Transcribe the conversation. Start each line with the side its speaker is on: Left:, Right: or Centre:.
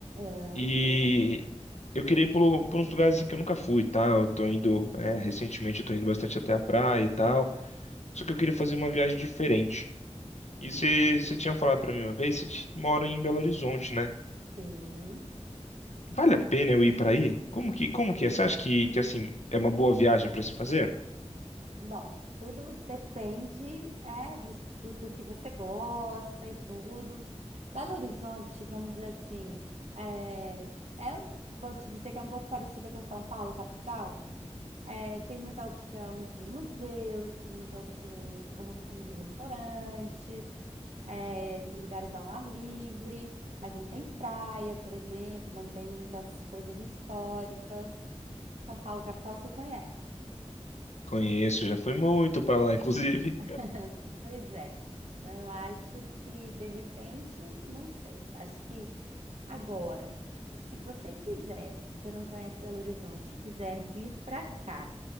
Right: Ahn,
Left: e eu queria ir por, por uns lugares assim, que eu nunca fui, tá? Eu tô indo, é, recentemente eu tô indo bastante até a praia e tal. Só que eu queria fazer uma viagem diferente.
Right: hum,
Left: E você, você tinha falado pra mim uma vez, você te- mora em Belo Horizonte, né?
Right: sim.
Left: Vale a pena eu ir pra aí? Como que, como que é? Você acha que, que assim, é uma boa viagem pra se fazer?
Right: Bom, tudo depende, é, do, do, do que você gosta e tudo. Belo Horizonte, vamos dizer assim, é, é, um- vou te dizer que é um pouco parecida com São Paulo, capital. É, tem muita opção de museus, tem muita opção, opção de restaurantes, é, de lugares ao ar livre, mas não tem praia, por exemplo, não tem muitas coisas históricas. São Paulo, capital, você conhece.
Left: Conheço, já fui muito pra lá, inclusive.
Right: <laughs> Pois é. Então, eu acho que, de repente, não sei. Acho que agora, se você quiser, se você não conhece Belo Horizonte, e quiser vir para cá,